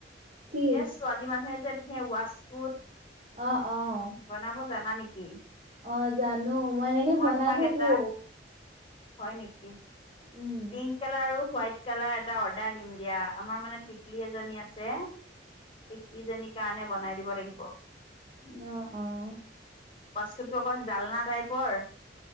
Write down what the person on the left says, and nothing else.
এহ ছোৱালী মানুহে যে এনে ৱাচকোট
বনাব জানা নেকি?
তোমাক
এটা হয় নেকি
পিং কালাৰ আৰু হোৱাইট কালাৰ এটা অৰ্ডাৰ দিম দিয়া আমাৰ মানে টিকলি এজনী আছে টিকিলি জনীৰ কাৰণে বনাই দিব লাগিব
ৱাচকোট অকণ জালনা টাইপৰ